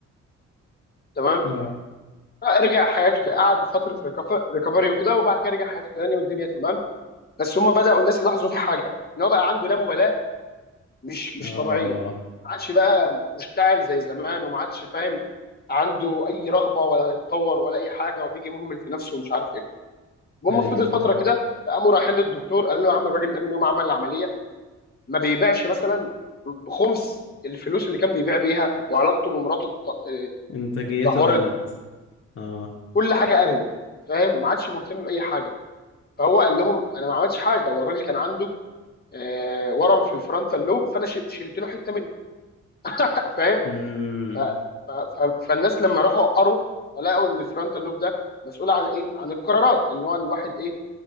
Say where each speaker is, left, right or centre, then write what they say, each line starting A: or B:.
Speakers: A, on the left; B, on the left.
A: تمام
B: اه
A: رجع حياته قعد فتره ريكف- ريكفري وكده وبعد كده رجع حياته تاني والدنيا تمام بس هم بداوا الناس يلاحظوا في حاجه ان هو بقى عنده لا مبالاه مش مش
B: اه
A: طبيعيه ما عادش بقى مشتعل زي زمان وما عادش فاهم عنده اي رغبه ولا يتطور ولا اي حاجه وبيجي مهمل في نفسه ومش عارف ايه المهم
B: ايوه
A: فضل فتره
B: ايوه
A: كده فقاموا رايحين للدكتور قال له يا عم الراجل ده من يوم ما عمل العمليه ما بيبيعش مثلا بخمس الفلوس اللي كان بيبيع بيها وعلاقته بمراته ات- اه،
B: انتاجيته
A: اتدهورت
B: قلت اه
A: كل حاجه قلت فاهم ما عادش مهتم باي حاجه فهو قال لهم انا ما عملتش حاجه هو الراجل كان عنده آه، ورم في الفرونتال لوب فانا ش- شلت له حته منه <laughs> فاهم
B: امم
A: ف... ف... ف... فالناس لما راحوا قروا لقوا ان الفرونتال لوب ده مسؤول عن ايه؟ عن القرارات ان هو الواحد ايه